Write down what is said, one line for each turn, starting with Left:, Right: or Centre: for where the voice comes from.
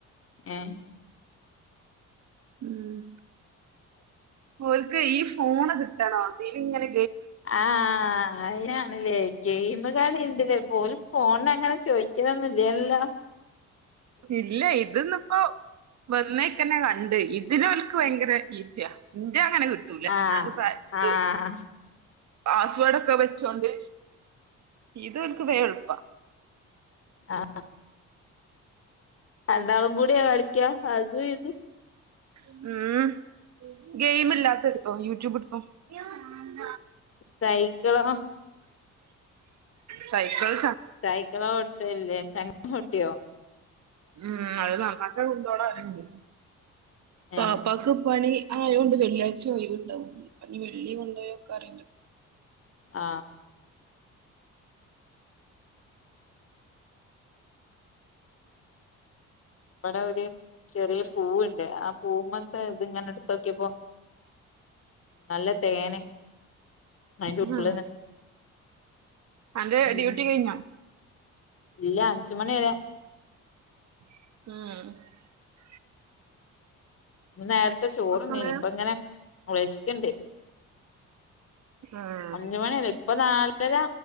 Left: ഏ
Right: ഉം ഒൽക്ക് ഈ ഫോണ് കിട്ടണം അതില് ഇങ്ങനെ
Left: ആ അയിനാണ്ല്ലേ ഗെയിമ് കളി ഇണ്ട്ല്ലേ പോല് ഫോൺന് അങ്ങനെ ചോയിച്ചലെന്നും ഇല്ല ല്ലോ
Right: ഇല്ല ഇത് ന്ന്പ്പോ വന്നേ ൽ ക്കന്നെ കണ്ട് ഇതിനോൽക്ക് ഭയങ്കര ഈസിയാ ഇന്റെ അങ്ങനെ കിട്ടൂല
Left: ആഹ്
Right: ഞാന് പ്പ
Left: ആഹ്
Right: ത് പാസ്സ്‌വേർഡ്‌ ഒക്കെ വെച്ചോണ്ട് ഇത് ഓൽക്ക് വെ എൾപ്പാ
Left: ആ രണ്ടാളും കൂടിയാ കളിക്കാ അജും ഇ ജും
Right: ഉം
Left: സൈക്കിളോ
Right: സൈക്ക്ൾ
Left: സൈക്ക്ളോട്ടേല്ലേ ചങ്ങ പൊ ട്ടിയോ
Right: ഉം അഹ്‌ നന്നാക്കാൻ കൊണ്ടോണം റീണ്ട് ബാപ്പാക്ക്
Left: ഏ
Right: പണി ആ ഒഴ് വ്ണ്ട് വെള്ളാഴ് ച്ച ഒഴിവ്ണ്ടാ വൊള്ളു അപ്പൊ ഞ്ഞ് വെള്ളി കൊണ്ടോയോക്ക അറിണ്ട്
Left: ആ ഇവടെ ഒര് ചെറിയ പൂവ്ണ്ട് ആപൂവ്മ്മത്തെ ഇത്ങ്ങനെ ഇട്തൊക്കിയപ്പോ നല്ല തേന് അതിന്റെ ഉള്ളിന്ന്
Right: ഹാ അന്റെ
Left: ഉം
Right: ഡ്യൂട്ടി കഴിഞ്ഞോ
Left: ഇല്ല അഞ്ചുമണി വരെ
Right: ആ
Left: ഇന്ന് നേരത്തെ ചോറ്
Right: ഇപ്പൊ
Left: ന്നീ
Right: സമയം
Left: നിഇപ്പ ങ്ങനെ വെശക്ക്ണ്ട്
Right: ഉം
Left: അഞ്ച് മണി വരെ ഇപ്പം നാലര